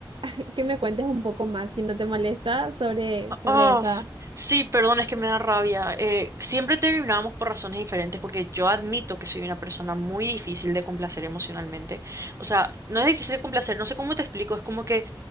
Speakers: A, on the right (about 75°); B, on the right (about 35°).
A: que que me cuentes un poco más, si no te molesta, sobre, sobre
B: Ah,
A: esa.
B: sí, perdón, es que me da rabia. Eh, siempre terminábamos por razones diferentes porque yo admito que soy una persona muy difícil de complacer emocionalmente. O sea, no es difícil de complacer, no sé cómo te explico, es como que